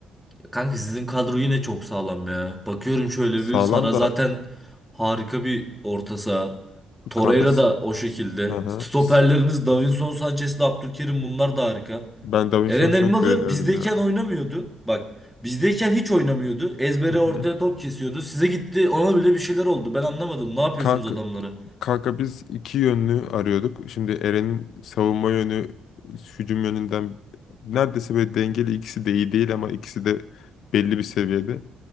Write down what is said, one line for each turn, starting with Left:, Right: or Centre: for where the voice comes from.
Centre: kanka sizin kadro yine çok sağlam ya. Bakıyorum şöyle
Left: Sağlam
Centre: bir Sara
Left: da
Centre: zaten harika bir orta saha. Torreira
Left: kanka. s-
Centre: da o şekilde.
Left: Aha.
Centre: Stoperleriniz
Left: s-
Centre: Davinson Sanchez'le Abdülkerim bunlar da harika.
Left: Ben Davinson'u
Centre: Eren Elmalı
Left: çok beğeniyorum
Centre: bizdeyken
Left: ya.
Centre: oynamıyordu. Bak bizdeyken hiç oynamıyordu. Ezbere
Left: Hı hı.
Centre: ortaya top kesiyordu. Size gitti ona bile bir şeyler oldu. Ben anlamadım. Ne yapıyorsunuz
Left: Kanka
Centre: adamları?
Left: Kanka biz iki yönlü arıyorduk. Şimdi Eren'in savunma yönü hücum yönünden neredeyse böyle dengeli ikisi de iyi değil ama ikisi de belli bir seviyede.